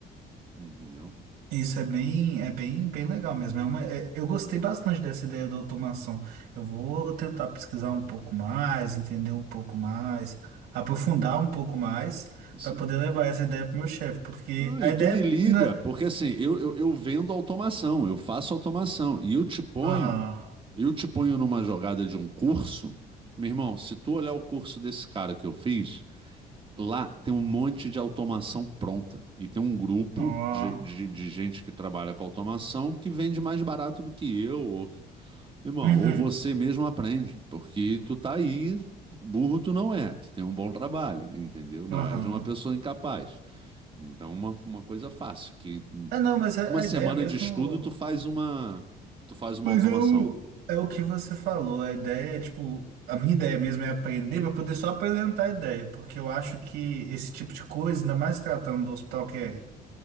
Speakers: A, on the right (about 30°); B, on the right (about 85°).
A: Entendeu?
B: Isso é bem, é bem, bem legal mesmo. É uma- é- eu gostei bastante dessa ideia da automação. Eu vou tentar pesquisar um pouco mais, entender um pouco mais, aprofundar um pouco mais
A: Sim.
B: para poder levar essa ideia pro meu chefe, porque
A: Ah,
B: a
A: e
B: ideia
A: tu me liga,
B: na...
A: porque assim, eu, eu, eu vendo automação, eu faço automação. E eu te ponho,
B: Aham.
A: eu te ponho numa jogada de um curso. Meu irmão, se tu olhar o curso desse cara que eu fiz. Lá tem um monte de automação pronta. E tem um grupo
B: Ó.
A: de, de, de gente que trabalha com automação que vende mais barato do que eu. Ou, irmão,
B: Uhum.
A: ou você mesmo aprende, porque tu tá aí, burro tu não é, tu tem um bom trabalho, entendeu? Não
B: Aham.
A: é de uma pessoa incapaz. Então, uma, uma coisa fácil, que
B: É, não, mas a,
A: uma
B: a
A: semana
B: ideia mesmo.
A: de estudo tu faz uma, tu faz uma
B: Mas
A: automação.
B: é o, é o que você falou. A ideia é tipo. A minha ideia mesmo é aprender para poder só apresentar a ideia, porque eu acho que esse tipo de coisa, ainda mais tratando do hospital que é